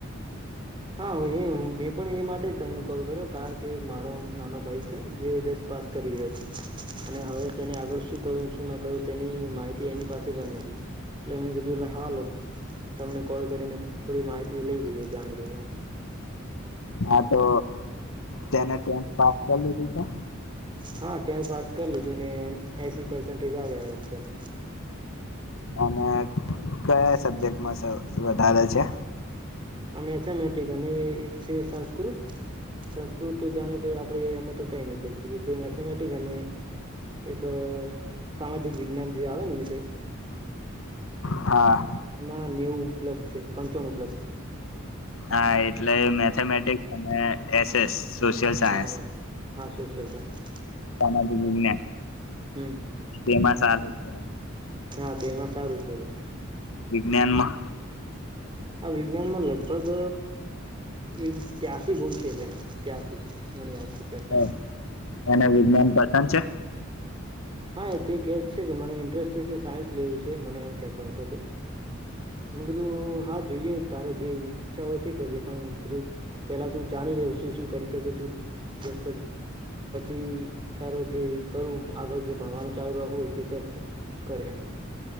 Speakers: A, on the right; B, on the left.
A: હા હો એ મેં પણ એ માટે જ તમને કોલ કર્યો કારણ કે એક મારો નાનો ભાઈ છે જે દસ પાસ કરી રહ્યો છે અને હવે તેને આગળ શું કરું શું ન કરવું તેની માહિતી એની પાસે પણ નથી એટલે મેં કીધું એટ હાલ તમને કોલ કરીને થોડી માહિતી લઈ લઈએ જાણી લઈએ એમ
B: હા તો તેને ટેથ પાસ કરી લીધી છે
A: હા ટેન્થ પાસ કરી લીધું ને એસી પસન્ટેજ આવ્યા તેને
B: અને કયા સબ્જેક્ટમાં વધારે છે.
A: આ મેથેમેટિક અને એક છે સંસ્કૃત સંસ્કૃત જાણે કે આપણે એમાં તો કઈ નઈ કરી શકીએ. જે મેથેમેટિક અને એક સામાજિક વિજ્ઞાન જે આવે વિષય
B: હા.
A: હ નેવું પ્લસ છે. પંચાણું પ્લસ
B: આ એટલે મેથેમેટિક્સ અને એસ એસ. સોશિયલ સાયન્સ
A: હા એ હા સોશિયલ સાયન્સ
B: સામાજિક વિજ્ઞાન
A: હમ
B: તેમાં સારું છે.
A: હા બેમાં સારું છે બેન
B: મ્યાનમા
A: આ વિજ્ઞાનમાં લગભગ એક ત્યાસી ગુણ છે. જેને ત્યાસી મને છે ત્યાસી
B: હ અને વિજ્ઞાન પાછ સાચે.
A: હા એ તે કહે છે કે મને ઇન્ટરેસ્ટ ત છે સાયન્સ લેવું છે મને એમ કહેતો હતો તે. મેં કીધું હા જોઈએ તાર જે ઈચ્છા હોય તે કરીએ પણ કીધું પહેલાં તું જાણી લે શું શું કરી શકે તું દસ <unintelligible> તારો જે કરું આગળ જે ભણવાનું ચાલુ રાખવું હોય તે કરશે કરે એમ.